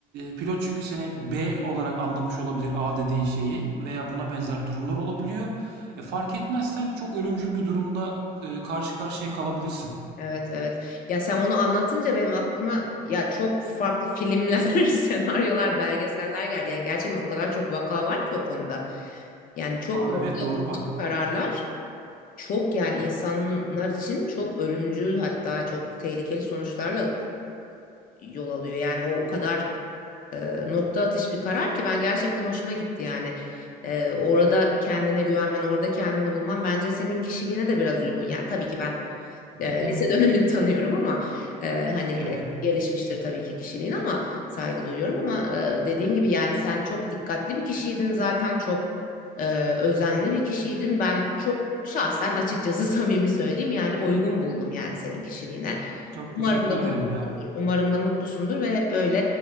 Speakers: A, on the right; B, on the left.
A: pilot çünkü seni B olarak anlamış olabilir A dediğin şeyi veya buna benzer durumlar olabiliyor. E, fark etmezsen çok ölümcül bir durumda e, karşı karşıya kalabilirsin.
B: Evet evet. Ya sen onu anlatınca benim aklıma ya çok farklı filmler, <laughs> senaryolar, belgeseller geldi. Yani gerçekten o kadar çok vaka var ki o konuda. Yani çok
A: Aa
B: nokta
A: evet doğru bak.
B: kararlar, çok yani insanlar için çok ölümcül hatta çok tehlikeli sonuçlarla yol alıyor. Yani o kadar e, nokta atış bir karar ki ben gerçekten hoşuma gitti yani. E, orada kendine güvenmen, orada kendini bulman bence senin kişiliğine de biraz uygun. Yani tabii ki ben
A: <laughs>
B: e, lise dönemini tanıyorum ama e, hani e,
A: Evet.
B: gelişmiştir tabii ki kişiliğin ama saygı duyuyorum ama e, dediğim gibi yani sen çok dikkatli bir kişiydin zaten çok e, özenli bir kişiydin. Ben çok şahsen açıkçası <laughs> samimi söyleyeyim yani uygun buldum yani senin kişiliğine.
A: Çok
B: Umarım
A: teşekkür
B: da
A: ederim
B: mutlusundur.
A: ya.
B: Umarım da mutlusundur ve hep böyle